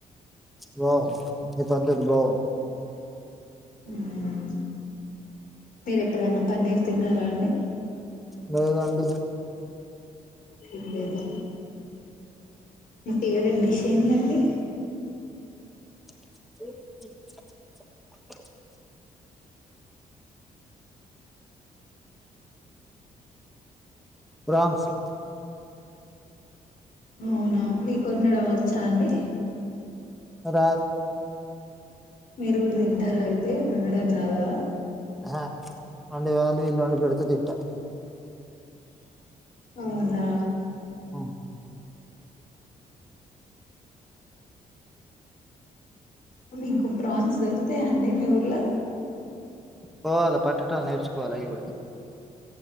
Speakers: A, in the centre; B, on the left (about 65°).
A: బాగు ని పద్ధతి బాగున్
B: మ్మ్ మీరు ఎప్పుడన్నా పన్నీర్ తిన్నారా అండి?
A: లేదండి
B: తిన్లేదా మీ ఫేవరెట్ డిష్ ఏందండి?
A: <unintelligible> ప్రాన్స్
B: ఊనా మీకొండడం వచ్చా అండి?
A: రాదు
B: మీరు గూడా తింటారా అయితే వండడం రాదా.
A: అహా ఓన్లీ వాళ్ళు వీళ్ళు వండి పెడితే తింటా.
B: అవునా!
A: అవున్
B: <inaudible> అ మీకు ప్రాన్స్ దొరుకుతాయా అండి మీ ఊర్లో
A: పోవాల పట్టటం నేర్చుకోవాల అయి గూడా.